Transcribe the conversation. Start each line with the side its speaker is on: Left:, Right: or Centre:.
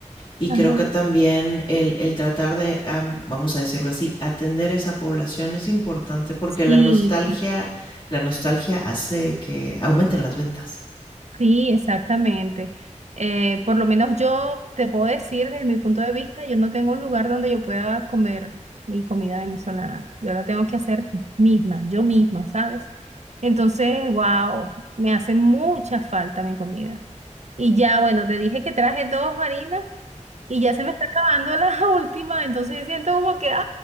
Left: Y
Right: Ajá.
Left: creo que también el, el tratar de, um, vamos a decirlo así, atender esa población es importante porque
Right: Sí.
Left: la nostalgia, la nostalgia hace que aumenten las ventas.
Right: Sí, exactamente. Eh, por lo menos yo te puedo decir desde mi punto de vista, yo no tengo un lugar donde yo pueda comer mi comida venezolana. Yo la tengo que hacer misma, yo misma, ¿sabes? Entonces, wow, me hace mucha falta mi comida. Y ya, bueno, te dije que traje dos harinas y ya se me está acabando la <laughs> última, entonces siento como que, ay,